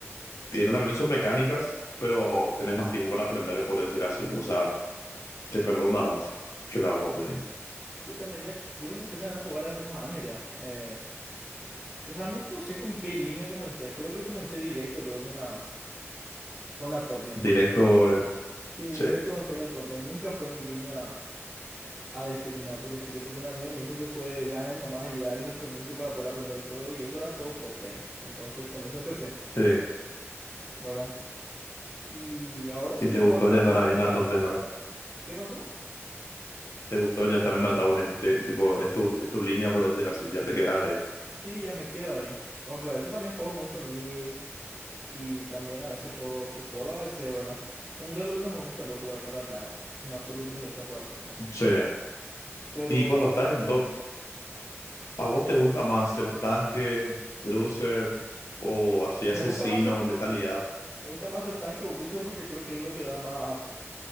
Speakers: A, on the left; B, on the right.
A: tiene también sus mecánicas, pero tenés más tiempo para aprender, por decir así. O sea, te perdona más que la Godwin.
B: Yo también ya, yo comencé también a jugar hace unos años ya. Eh, y realmente no sé con qué línea comencé. Creo que comencé directo luego con la, con la top lane.
A: Directo, eh,
B: Sí,
A: sí,
B: directo me fui a la top lane. Nunca fue mi línea ADC ni nada por el estilo, porque un amigo me dijo que juegue Garen nomás y Darius al comienzo para poder aprender el juego y eso era todo top lane. Entonces con eso empecé,
A: sí.
B: ¿verdad? Y ahora sigo
A: Y te gustó
B: jugando la
A: ya estar
B: top,
A: ahí
B: nunca...
A: en la top lane, ¿verdad?
B: ¿Qué pasó?
A: Te gustó ya estar en la top lane, te- tipo, es tu, es tu línea, por decir así, ya te quedas ahí.
B: Sí, ya me quedo ahí. Aunque a veces también juego mucho mid. Y también a veces juego support, o a veces, ¿verdad? Jungla es lo que no me gusta luego jugar para nada. En absoluto no me gusta jugar jungla.
A: Sí.
B: Pero
A: Y cuando estás en top, ¿a vos te gusta más ser tanque, cruiser o así
B: me
A: asesino,
B: gusta más ser,
A: letalidad?
B: me gusta más ser tanque o bruiser porque creo que es lo que da más,